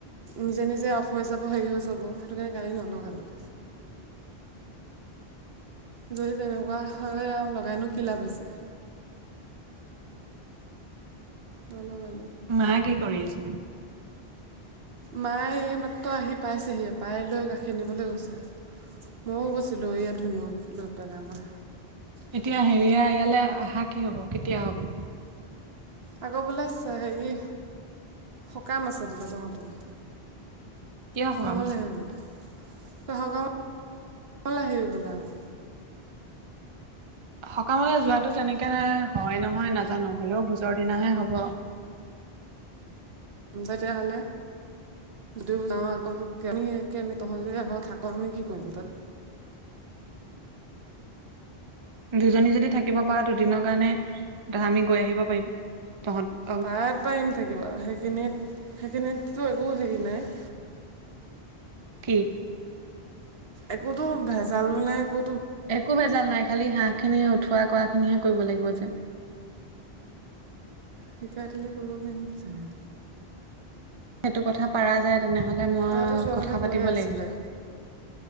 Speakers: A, on the right (about 65°); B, on the right (about 35°).
A: নিজে নিজে অফ হৈ যাব, হেৰি হৈ যাব সেইটো কাৰণে কালি নলগালোঁ। যদি তেনেকুৱা হয় আৰু লগাইনো কি লাভ আছে। নলগালোঁ।
B: মায়ে কি কৰি আছে।
A: মায়ে এইমাত্ৰ আহি পাইছেহি, পাই লৈ গাখীৰ নিবলৈ গৈছে। ময়ো গৈছিলোঁ এইয়া ধুনুক লৈ পেলাই আমাৰ।
B: এতিয়া হেৰিয়া ইয়ালে আহা কি হ'ব, কেতিয়া হ'ব?
A: আকৌ বোলে হেৰি সকাম আছে বোলে তহঁতৰ?
B: কিয়
A: সকামলে
B: সকাম আছে
A: আহিবি বোলে, তই সকামালে আহিবি বোলে আকৌ।
B: সকামলে যোৱাটো তেনেকে হয় নহয় নাজানো, হ'লেও ভোজৰ দিনাহে হ'ব।
A: তেতিয়াহ'লে। যদিও যাওঁ আকৌ আমি কেনে তহঁতি আহ থাক আমি কি কৰিম তাত।
B: দুজনী যদি থাকিব পাৰ। দুদিনৰ কাৰণে ত আমি গৈ আহিব পাৰিম তহঁত।
A: পাৰাত পাৰিম থাকিব সেইখিনিত সেইখিনিততো একো হেৰি নাই।
B: কি?
A: একোতো ভেজালো নাই একো।
B: একো বেজাল নাই খালি হাঁহ খিনি উঠোৱা কৰা খিনিহে কৰিব লাগিব যে।
A: শিকাই দিলে কৰিব পাৰিম ছাগে।
B: সেইটো কথা পাৰা যায় তেনেহ'লে মই
A: তাইতো যোৱাৰ
B: কথা
A: কৈয়ে
B: পাতিব লাগিব।
A: আছিলে